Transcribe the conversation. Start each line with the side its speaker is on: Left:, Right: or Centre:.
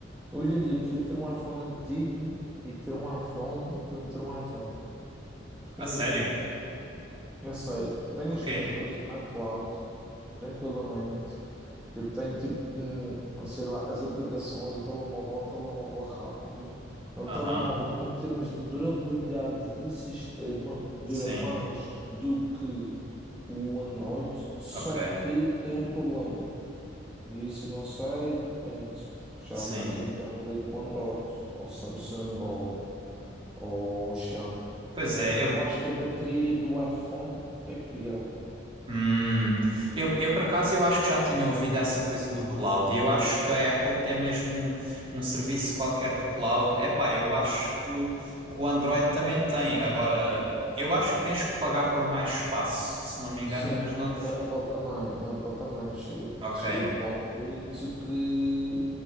Centre: Hoje em dia prefiro ter um iPhone antigo e ter um iPhone do que não ter um iPhone. Porque
Right: A
Centre: imagina,
Right: sério?
Centre: eu sei, eu tenho
Right: Porquê?
Centre: as minhas coisas no iCloud, tranquilamente, Eu tenho tipo, hum, sei lá, as aplicações, o telemóvel é um telemóvel rápido, é um
Right: Aham,
Centre: telemóvel que em termos de durabilidade de sistema dura
Right: sim,
Centre: mais do que o Android, só
Right: ok,
Centre: que tem um problema. E isso eu não sei, depende, porque já
Right: sim.
Centre: há muito tempo que já não lido com Android, ou Samsung, ou, ou Xiaomi.
Right: Pois é,
Centre: É que
Right: eu,
Centre: eu acho que a bateria do iPhone é pior.
Right: hum, eu, eu por acaso eu acho que já tinha ouvido essa coisa do cloud e eu acho que a Apple tem mesmo um, serviço qualquer de cloud. Epá, eu acho que, o- que o Android também tem. Agora, eu acho que tens que pagar por mais espaço, se não me
Centre: Sim,
Right: engano, mas não.
Centre: na, na Apple também, na Apple também. Chega,
Right: Ok,
Centre: chega a um limite que